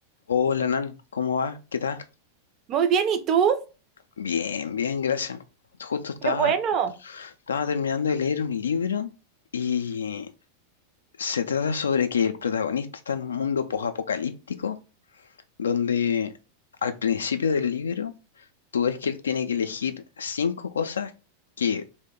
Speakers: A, on the left; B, on the right.
A: Hola, Nan, ¿cómo va? ¿Qué tal?
B: Muy bien, ¿y tú?
A: Bien, bien, gracias. Justo estaba,
B: Qué bueno,
A: estaba terminando de leer un libro y se trata sobre que el protagonista está en un mundo posapocalíptico donde al principio del libro tú ves que él tiene que elegir cinco cosas que